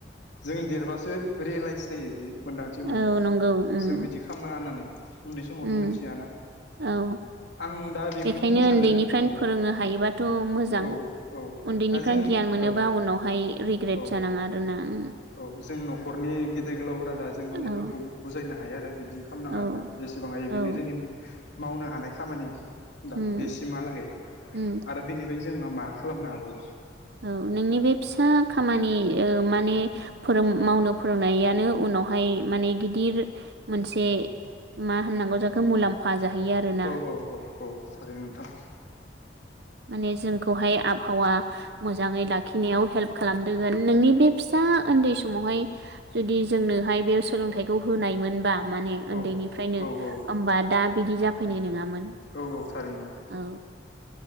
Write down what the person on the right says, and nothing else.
औ नंगौ उम
उम
औ
बेखायनो
उन्दैनिफ्रायनो
फोरोंनो हायोबाथ' मोजां
उन्दैनिफ्रायनो
गियान मोनोबा
उनावहाय रिग्रेट
जानाङा आरोना उम
औ
औ
औ
उम
उम
औ नोंनि बे फिसा खामानि ओ माने फोरों मावनो फोरोंनायानो उन उनाव हाय माने गिदिर मोनसे मा होननांगौ जाखो मुलाम्फा हायो आरोना
माने जोंखौहाय आबहावा मोजाङै लाखिनायाव हेल्प खालामदोंगोन नोंनि बे फिसा उन्दै समावहाय जुदि जोंनो बेहाय बे सोलोंथाइखौ होनाय मोनबा माने
उन्दैनिफ्रायनो
होमबा दा बिदि जाफैनाय नङामोन
औ